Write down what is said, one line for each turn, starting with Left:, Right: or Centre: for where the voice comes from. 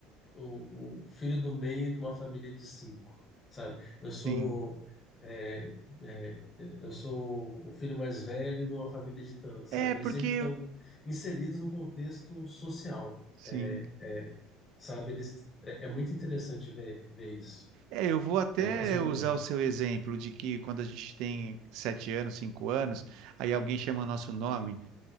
Left: o, o filho do meio de uma família de cinco, sabe? Eu sou
Right: Sim.
Left: é, é, eu sou o filho mais velho de uma família de tantos,
Right: É,
Left: sabe?
Right: porque
Left: Eles sempre estão inseridos no contexto social,
Right: Sim.
Left: é, sabe? Eles é, é muito interessante ver ver isso.
Right: É, eu vou até
Left: É mais humano.
Right: usar o seu exemplo de que quando a gente tem sete anos, cinco anos, aí alguém chama nosso nome.